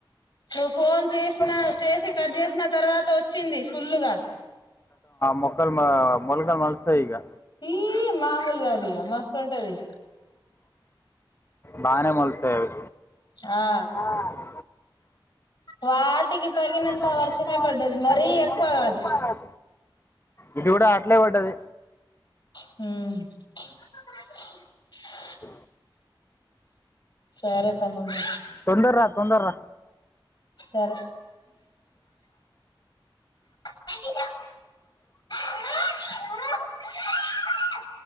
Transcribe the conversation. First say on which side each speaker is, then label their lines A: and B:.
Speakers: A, on the left (about 55°); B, on the left (about 30°).
A: నువ్వు ఫోన్ చేసిన
B: చేసిన
A: చేసి కట్ చేసిన తర్వాత వచ్చింది ఫుల్లుగ
B: మొక్కల్ మ మొల్గలు మొలుస్తాయి ఇగా
A: ఈ మామూలు గాదు ఇక మస్తుంటది
B: బానే మొలుస్తాయి అవి
A: ఆ
B: ఆ.
A: వాటికి తగినంత
B: పడిన
A: వర్షమే
B: కాలుకి
A: పడ్డది మరీ ఎక్కువ
B: మళ్ళీ
A: కాదు
B: ఎక్కువ ఇది కూడా అట్లే పడ్డది
A: హామ్
B: అ
A: సరే తమ్మడు
B: తొందర రా తొందర రా
A: సరే మరి సరే